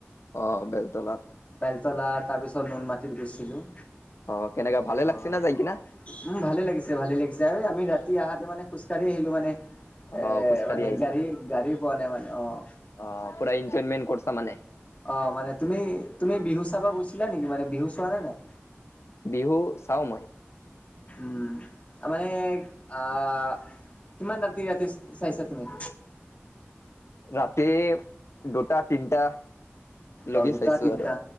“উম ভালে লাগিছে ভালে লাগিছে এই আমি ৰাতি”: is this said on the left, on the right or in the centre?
Left